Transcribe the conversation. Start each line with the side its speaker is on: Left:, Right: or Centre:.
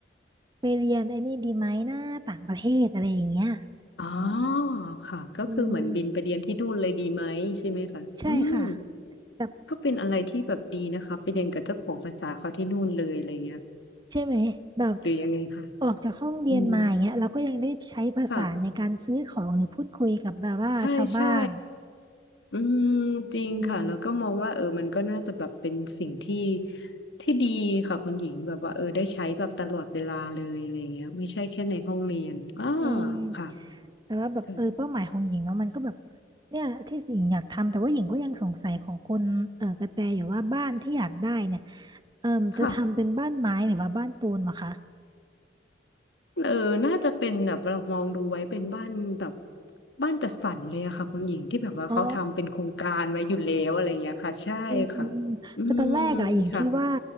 Right: ไปเรียนไอ้นี่ดีไหมนะต่างประเทศอะไรอย่างเงี้ย
Left: อ๋อค่ะก็คือเหมือนบินไปเรียนที่นู่นเลยดีไหมใช่ไหมคะอืม
Right: อืมใช่ค่ะแบบ
Left: ก็เป็นอะไรที่แบบดีนะคะไปเรียนกับเจ้าของภาษาเขาที่นู่นเลยอะไรเงี้ย
Right: ใช่ไหมแบบ
Left: หรือยังไงคะ
Right: ออกจากห้องเรียนมาอย่างเงี้ยเราก็ยังได้ใช้ภาษาในการซื้อของหรือพูดคุยกับแบบว่าชาวบ้าน
Left: อืมค่ะใช่ใช่อืมจริงค่ะแล้วก็มองว่าเออมันก็น่าจะแบบเป็นสิ่งที่
Right: อืม
Left: ที่ดีค่ะคุณหญิงแบบว่าเออได้ใช้แบบตลอดเวลาเลยอะไรเงี้ยไม่ใช่แค่ในห้องเรียนอ่า
Right: อืม
Left: ค่ะ
Right: แต่ว่าแบบเออเป้าหมายของหญิงเนาะมันก็แบบ
Left: ค่ะ
Right: เนี่ยที่หญิงอยากทำแต่ว่าหญิงก็ยังสงสัยของคนเออกระแตอยู่ว่าบ้านที่อยากได้เนี่ยเออจะทำเป็นบ้านไม้หรือว่าบ้านปูนเหรอคะ
Left: ค่ะ เออ น่าจะเป็นแบบเรามองดูไว้เป็นบ้านแบบบ้านจัดสรรเลยอะค่ะคุณหญิงที่แบบว่าเขาทำเป็นโครงการไว้อยู่แล้วอะไรอย่างเงี้ยค่ะใช่ค่ะ
Right: อ๋ออืมอืมอืมคือตอนแรกอะหญิงคิดว่า
Left: อืมค่ะ